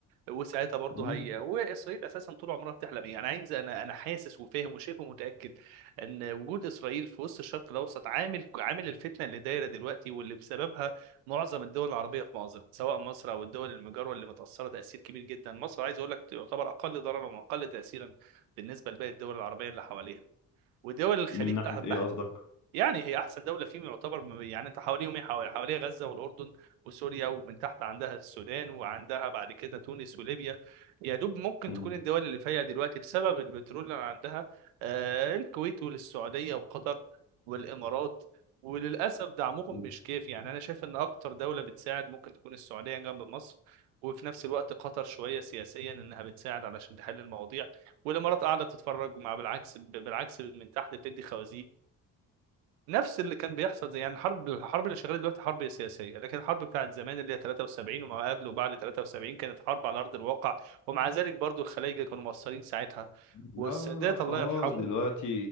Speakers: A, on the right; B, on the left.
A: وساعتها برضه
B: مم.
A: هي واسرائيل اساسا طول عمرها بتحلم ايه انا عايز انا انا حاسس وفاهم وشبه متاكد ان وجود اسرائيل في وسط الشرق الاوسط عامل عامل الفتنه اللي دايره دلوقتي واللي بسببها معظم الدول العربيه في مأزق سواء مصر او الدول المجاوره اللي متاثره تاثير كبير جدا مصر عايز اقول لك تعتبر اقل ضررا واقل تاثيرا بالنسبه لباقي الدول العربيه اللي حواليها ودول الخليج
B: من ناحية
A: أنا بح-
B: إيه قصدك؟
A: يعني هي احسن دوله فيهم يعتبر م- يعني انت حواليهم ايه حوالي حواليها غزه والاردن وسوريا ومن تحت عندها السودان وعندها بعد كده تونس وليبيا يا دوب ممكن
B: مم.
A: تكون الدول اللي فيها دلوقتي بسبب البترول اللي عندها آه الكويت والسعوديه وقطر والامارات وللاسف دعمهم
B: مم.
A: مش كافي يعني انا شايف ان اكتر دوله بتساعد ممكن تكون السعوديه جنب مصر وفي نفس الوقت قطر شويه سياسيا انها بتساعد علشان تحل المواضيع والامارات قاعده تتفرج مع بالعكس بالعكس من تحت بتدي خوازيق نفس اللي كان بيحصل زي يعني الحرب الحرب اللي شغاله دلوقتي حرب سياسيه لكن الحرب بتاعت زمان اللي هي 73 وما قبل وبعد 73 كانت حرب على ارض الواقع ومع ذلك برضو الخلايجه كانوا مقصرين ساعتها
B: لا
A: والسادات
B: لا لا خلاص
A: الله يرحمه
B: دلوقتي